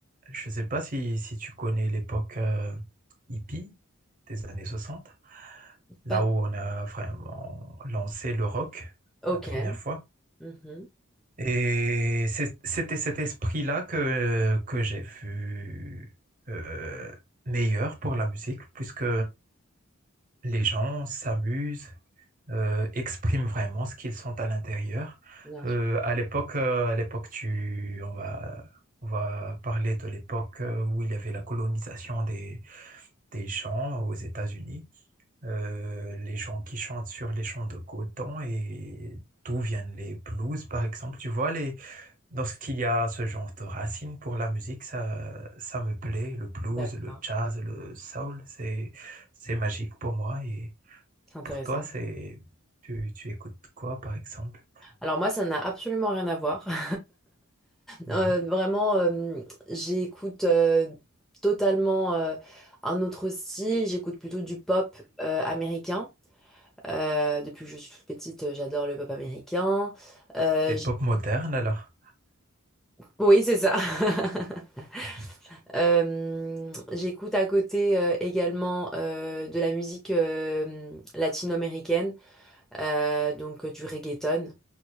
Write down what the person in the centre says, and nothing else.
Pas...
Ok.
Mhm.
Bien
sûr.
D'accord,
c'est intéressant.
Alors moi, ça n'a absolument rien à voir. <laughs>
Euh, vraiment, euh, j'écoute euh, totalement euh, un autre style. J'écoute plutôt du pop euh, américain. Euh, depuis que je suis toute petite, euh, j'adore le pop américain. Euh,
j'éc-
oui, c'est ça. <laughs>
Euh, j'écoute à côté euh, également euh, de la musique euh, latino-américaine, euh, donc euh, du reggaeton.